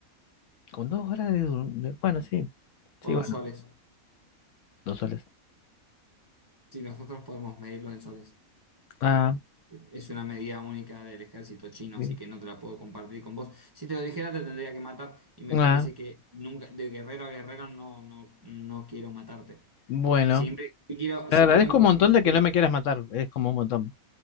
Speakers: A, on the left (about 70°); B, on the right (about 25°).
A: con dos horas de, dur- de- Bueno, sí. Sí,
B: O
A: bueno,
B: dos soles,
A: dos soles.
B: si nosotros podemos medirlo en soles.
A: Ah,
B: Es una medida única del ejército chino,
A: sí.
B: así que no te la puedo compartir con vos. Si te lo dijera, te tendría que matar. Y me
A: Ah,
B: parece que nunca, de guerrero a guerrero, no, no, no quiero matarte.
A: bueno.
B: Siempre si quiero,
A: Te
B: si
A: agradezco
B: quiero encontrar
A: un montón
B: un
A: de que no me quieras matar. Es como un montón.